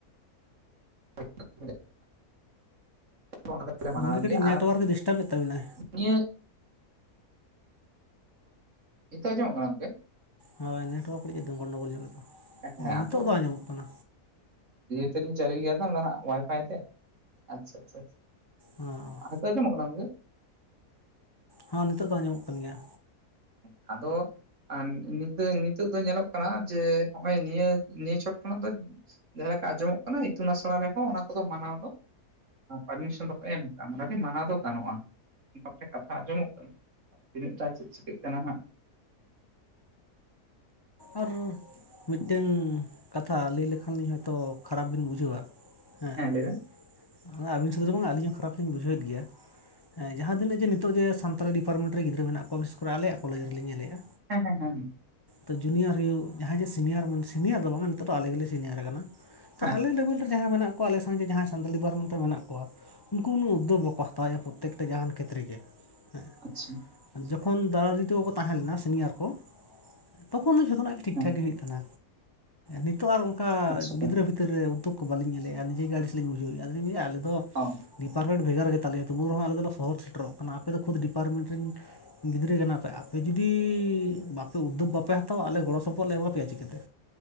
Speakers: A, on the right; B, on the left.
A: <unintelligible> ᱚᱱᱟ ᱛᱮᱞᱮ ᱢᱟᱱᱟᱣ
B: ᱜᱚᱝᱠᱮ ᱠᱟᱹᱴᱤᱡ
A: ᱜᱮᱭᱟ
B: ᱱᱮᱴᱣᱟᱨᱠ
A: ᱟᱨ
B: ᱰᱤᱥᱴᱟᱵᱮᱫ ᱛᱟᱵᱤᱱᱟᱭ
A: ᱱᱤᱭᱟᱹ ᱱᱤᱛᱟᱹᱜ ᱟᱡᱚᱢᱚᱜ ᱠᱟᱱᱟ ᱜᱚᱝᱠᱮ?
B: ᱦᱳᱭ ᱱᱮᱴᱣᱟᱨᱠ ᱟᱹᱰᱤ ᱜᱚᱱᱰᱳᱜᱳᱞ ᱧᱚᱜ ᱨᱮᱛᱚ
A: ᱦᱮᱸ
B: ᱱᱤᱛᱚᱜ
A: ᱟᱫᱚ
B: ᱫᱚ ᱟᱸᱡᱚᱢᱚᱜ ᱠᱟᱱᱟ᱾
A: ᱛᱚ ᱫᱤᱱ ᱪᱟᱞᱩᱭ ᱜᱮᱭᱟᱭ ᱳᱟᱭᱯᱷᱟᱭ ᱛᱮ ᱟᱪᱪᱷᱟ ᱟᱪᱪᱷᱟ
B: ᱚ
A: ᱱᱤᱛᱚᱜ ᱟᱡᱚᱢᱚᱜ ᱠᱟᱱᱟ ᱜᱚᱢᱠᱮ
B: ᱦᱚᱸ ᱱᱤᱛᱳ ᱫᱚ ᱟ ᱧᱟᱢᱚᱜ ᱠᱟᱱ ᱜᱮᱭᱟ᱾
A: ᱟᱫᱚ ᱟᱨ ᱱᱤᱛᱚᱜ ᱫᱚ ᱧᱮᱞᱚᱜ ᱠᱟᱱᱟ ᱡᱮ ᱱᱚᱜᱼᱚᱭ ᱱᱤᱭᱟᱹ ᱱᱤᱭᱟᱹ ᱪᱷᱚᱴ ᱠᱷᱚᱱᱟᱜ ᱫᱚ ᱡᱟᱦᱟᱸᱞᱮ ᱞᱮᱠᱟ ᱟᱸᱡᱚᱢᱚᱜ ᱠᱟᱱᱟ ᱤᱛᱩᱱ ᱟᱥᱲᱟ ᱨᱮᱦᱚᱸ ᱚᱱᱟ ᱠᱚᱫᱚ ᱢᱟᱱᱟᱣ ᱫᱚ ᱯᱟᱨᱢᱤᱥᱚᱱ ᱫᱚ ᱠᱚ ᱮᱢ ᱠᱟᱜᱼᱟ ᱢᱟᱱ ᱟᱹᱰᱤ ᱢᱟᱱᱟᱣ ᱫᱚ ᱜᱟᱱᱚᱜᱼᱟ᱾ ᱚᱱᱠᱟᱷᱮᱱ ᱠᱟᱛᱷᱟ ᱟᱸᱡᱚᱢᱚᱜ ᱠᱟᱱᱟ ᱛᱤᱱᱟᱹᱜᱴᱟ ᱪᱮᱫ ᱪᱤᱠᱟᱹᱜ ᱠᱟᱱᱟ ᱦᱮᱸ
B: ᱟᱨ ᱢᱤᱫᱴᱝ ᱠᱟᱛᱷᱟ ᱞᱟᱹᱭ ᱞᱮᱠᱷᱟᱱᱞᱤᱧ ᱦᱚᱭᱛᱳ ᱠᱷᱟᱨᱟᱯ ᱵᱤᱱ ᱵᱩᱡᱷᱟᱹᱣᱟ᱾ ᱦᱮᱸ
A: ᱦᱮᱸ ᱞᱟᱹᱭ ᱵᱮᱱ
B: ᱟᱵᱤᱱ ᱥᱜ ᱫᱚ ᱵᱟᱝ ᱟᱹᱞᱤᱧ ᱦᱚᱸ ᱠᱷᱟᱨᱟᱯ ᱞᱤᱧ ᱵᱩᱡᱷᱟᱹᱣᱮᱫ ᱜᱮᱭᱟ ᱦᱮᱸ ᱡᱟᱦᱟᱸ ᱛᱤᱱᱟᱹᱜ ᱡᱮ ᱱᱤᱛᱚᱜ ᱡᱮ ᱥᱟᱱᱛᱟᱲᱤ ᱰᱤᱯᱟᱨᱢᱮᱱᱴ ᱨᱮ ᱜᱤᱫᱽᱨᱟᱹ ᱢᱮᱱᱟᱜ ᱠᱚᱣᱟ ᱵᱤᱥᱮᱥ ᱠᱚᱨᱮ ᱟᱞᱮᱭᱟᱜ ᱠᱚᱞᱡᱽ ᱨᱮᱞᱮ ᱧᱮᱞᱮᱫᱼᱟ᱾
A: ᱦᱮᱸ ᱦᱮᱸ ᱦᱮᱸ
B: ᱛᱚ ᱡᱩᱱᱤᱭᱟᱨ ᱦᱩᱭᱩᱜ ᱡᱟᱦᱟᱸᱭ ᱡᱮ ᱥᱤᱱᱤᱭᱟᱨ ᱥᱤᱱᱤᱭᱟᱨ ᱫᱚ ᱵᱟᱝ ᱟ, ᱱᱤᱛᱚᱜ ᱫᱚ ᱟᱞᱮ ᱜᱮᱞᱮ ᱥᱤᱱᱤᱭᱟᱨ ᱠᱟᱱᱟ ᱛᱚ,
A: ᱟᱪᱪᱷᱟ
B: ᱟᱞᱮ ᱞᱮᱵᱮᱞ ᱡᱟᱦᱟᱸ ᱢᱮᱱᱟᱜ ᱠᱚᱣᱟ ᱟᱞᱮ ᱥᱟᱜᱮ ᱡᱟᱦᱟᱸᱭ ᱥᱟᱱᱛᱟᱲᱤ ᱰᱤᱯᱟᱨᱢᱮᱱᱴ ᱨᱮ ᱢᱮᱱᱟᱜ ᱠᱚ ᱩᱱᱠᱩ ᱩᱱᱟᱹ ᱩᱜᱫᱳᱽ ᱵᱟᱠᱚ ᱦᱟᱛᱟᱣᱮᱫᱼᱟ᱾ ᱯᱨᱚᱛᱛᱮᱠ ᱴᱟ ᱡᱟᱦᱟᱱ ᱠᱷᱮᱛ ᱨᱮ ᱜᱮ ᱦᱮᱸ
A: ᱟᱪᱪᱷᱟ
B: ᱡᱚᱠᱷᱚᱱ ᱫᱟᱫᱟ- ᱫᱤᱫᱤ ᱛᱮᱠᱚ ᱛᱟᱦᱮᱸ ᱞᱮᱱᱟ ᱥᱤᱱᱤᱭᱟᱨ ᱠᱚ᱾ ᱛᱚᱠᱷᱚᱱ ᱫᱚ ᱡᱷᱚᱛᱚᱱᱟᱜ ᱜᱮ ᱴᱷᱤᱠ
A: ᱦᱮᱸ
B: ᱴᱷᱟᱠ ᱜᱮ ᱦᱩᱭᱩᱜ ᱠᱟᱱᱟ ᱱᱤᱛᱚᱜ ᱟᱨ ᱚᱱᱠᱟ
A: ᱟᱪᱪᱷᱟ
B: ᱜᱤᱫᱽᱨᱟᱹ ᱵᱷᱤᱛᱨ ᱵᱷᱤᱛᱨᱤ ᱨᱮ ᱩᱛᱩᱜ ᱠᱚ ᱵᱟᱞᱤᱧ ᱧᱮᱞᱮᱫᱼᱟ ᱱᱤᱡᱮ ᱜᱮ ᱟᱰᱤᱥᱞᱤᱧ ᱵᱩᱡᱷᱣᱮᱫᱼᱟ ᱟᱞᱮ ᱫᱚ
A: ᱦᱚᱸ
B: ᱯᱟᱨᱵᱷᱮᱱᱴ ᱵᱷᱮᱜᱟᱨ ᱜᱮᱛᱟᱞᱮᱭᱟ, ᱛᱚᱵᱩ ᱨᱮᱦᱚᱸ ᱟᱞᱮ ᱫᱚ ᱞᱮ ᱥᱚᱦᱚᱨ ᱥᱮᱴᱮᱨᱚᱜ ᱠᱟᱱᱟ ᱟᱯᱮ ᱫᱚ ᱠᱷᱩᱫ ᱰᱤᱟᱨᱴᱢᱮᱱᱴ ᱨᱮᱱ ᱜᱤᱫᱽᱨᱟᱹ ᱠᱟᱱᱟ ᱯᱮ ᱟᱯᱮ ᱡᱩᱫᱤ ᱵᱟᱯᱮ ᱩᱫᱽᱫᱳᱽ ᱵᱟᱯᱮ ᱦᱟᱛᱟᱣᱟ, ᱟᱞᱮ ᱜᱚᱲᱚ ᱥᱚᱯᱚᱦᱚᱫ ᱞᱮ ᱮᱢᱟ ᱯᱮᱭᱟ ᱪᱤᱠᱟᱹᱛᱮ?